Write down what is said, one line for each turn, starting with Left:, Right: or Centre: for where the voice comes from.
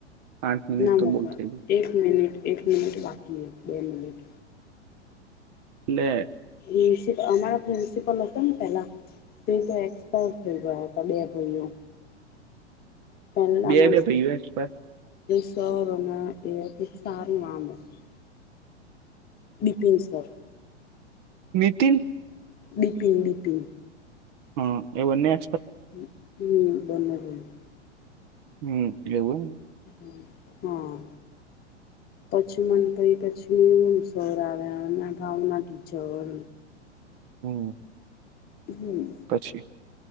Right: આઠ મિનિટ
Left: ના મોક
Right: તો બહુ થઈ ગઈ
Left: એક મિનિટ. એક મિનિટ બાકી બે મિનિટ.
Right: ને.
Left: પ્રન્સલ અમારા પ્રિન્સિપલ હતા ને પેલા તે તો એક્સપાયર થઈ ગયા હતા બે ભાઈઓ. પહેલામાંત.
Right: બે બે ભાઈઓ એક્સ્ટ્રા.
Left: સરોના એ સાર નું આમ હતું. બપિન સર.
Right: મતિન.
Left: દિપિ દિપિંગ.
Right: હા એવને.
Left: <inaudible> બનગ.
Right: હમ એલીવું.
Left: હમ. હા પછી મને કરી પછી હ સર આવ્યા એ ભાવના ટીચર.
Right: હમ.
Left: હમ.
Right: પછી